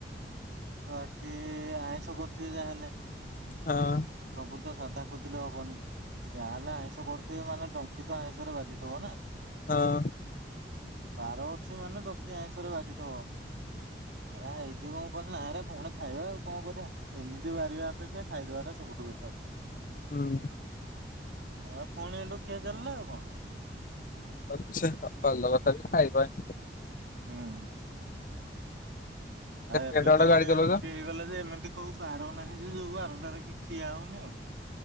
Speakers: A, on the right; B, on the left.
A: ତ ଏଠି ଆଇଁଷ କରୁଥିବେ ଯାହାହେଲେ।
B: ହଁ।
A: ସବୁ ତ ସାଧା ଖୋଜିଲେ ହବନି ଯାହାହଲେ ଆଇଁଷ କର ସେ ମାନେ ଡଙ୍କି ତ ଆଇିଷରେ ବାଜିଥବ ନା।
B: ହଁ।
A: ବାର ଅଛି ମାନେ ଟଙ୍କି ଆଇିଁଷରେ ବାଜିଥବ। ହେ ହେଇ ଯିବଉ କଣ ନା ପୁଣି ଖାଇବା ଆଉ କଣ କରିବା ଏମିତି ବାହାରିବା ଅପେକ୍ଷା ଖାଇଦବା ଟା ସବୁଠୁ ବେଟର।
B: ହୁଁ।
A: ଆଉ ପୁଣି ଲୁଖିଆ ଚାଲିଲା ଆଉ କଣ।
B: ଆଚ୍ଛା ଭଲ କଥା ବି ଖାଇବନ।
A: ହୁଁ। ଆଉ
B: କେତେ
A: ଏବେ
B: କେତେ ବାଟ
A: ତ ଗୋଟେ
B: ଗାଡି ଚଲଉଛ?
A: ଏମିତି ହେଇଗଲା ଯେ ଏମିତି କୋଉ ବାର ନାହିଁ ଯେ ଯୋଉ ବାରଟାରେ କି ଖିଆ ହଉନି ଆଉ।